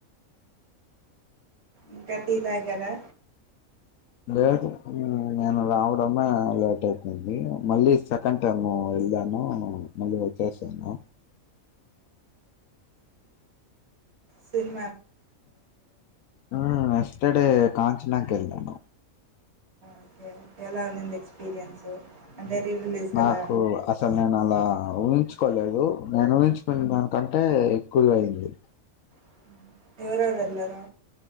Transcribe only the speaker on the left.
దేతు ఆ నేను రావడమే లేట్ అయిపోయింది మళ్ళీ సెకండ్ టైమ్ వెళ్లాను మళ్ళీ వచ్చేసాను
ఆ ఎస్టర్డే కాంచనాకు వెళ్లాను
నాకు అసలు నేను అలా ఊహించుకోలేదు నేను ఊహించుకున దానికంటే ఎక్కువ అయ్యింది